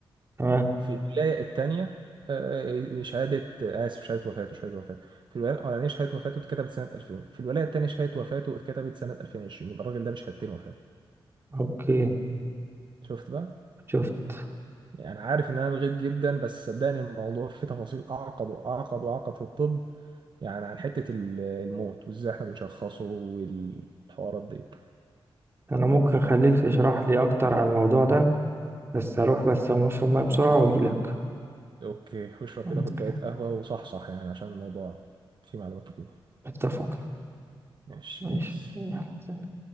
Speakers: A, on the right; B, on the right.
A: تمام
B: في الولاية التانية آه، آه، شهادة آسف شهادة وفاته شهادة وفاته في الولاية الأولانية شهادة وفاته اتكتبت سنة 2000 في الولاية التانية شهادة وفاته اتكتبت سنة 2020 يبقى الراجل ده بشهادتين وفاة
A: أوكي
B: شفت بقى
A: شفت
B: يعني عارف إن أنا لغيت جدا بس صدقني الموضوع فيه تفاصيل أعقد وأعقد وأعقد في الطب يعني عن حتة ال- الموت وإزاي إحنا بنشخصه والحوارات دي
A: أنا ممكن أخليك تشرح لي أكتر عن الموضوع ده بس هروح بس أقوم أشرب مية بسرعة وأجيلك
B: أوكي واشرب
A: أوكي
B: كده كوباية قهوة وصحصح يعني عشان الموضوع فيه معلومات كتير
A: اتفقنا
B: ماشي
A: ماشي
B: بيس
A: يلا. سلام.